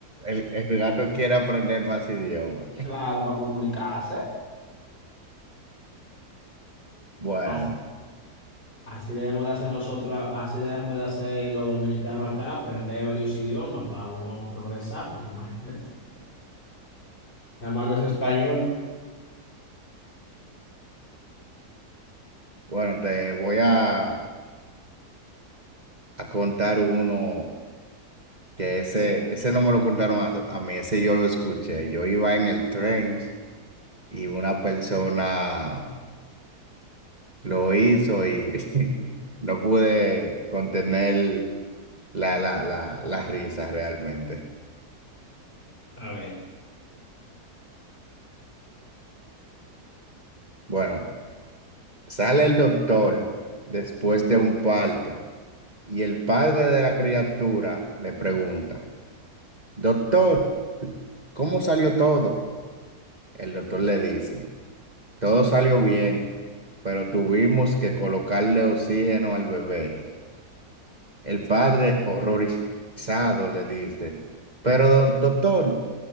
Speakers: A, on the right (about 25°); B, on the left (about 30°).
A: el- el gato quiere aprender más idiomas.
B: Claro, para comunicarse.
A: Bueno,
B: As- Así, debemos de hacer nosotros, a- así debemos de hacer los dominicanos acá, aprender varios idiomas para uno progresar, porque imagínate, nada más no es español.
A: bueno, te voy a, a contar uno. Que ese, ese no me lo contaron a, a mí, ese yo lo escuché. Yo iba en el tren y una persona lo hizo y <laughs> no pude contener la, la, la, la risa realmente.
B: A ver.
A: Bueno, sale el doctor después de un parto y el padre de la criatura le pregunta, Doctor, ¿cómo salió todo? El doctor le dice. Todo salió bien, pero tuvimos que colocarle oxígeno al bebé. El padre, horrorizado, le dice, pero do- doctor,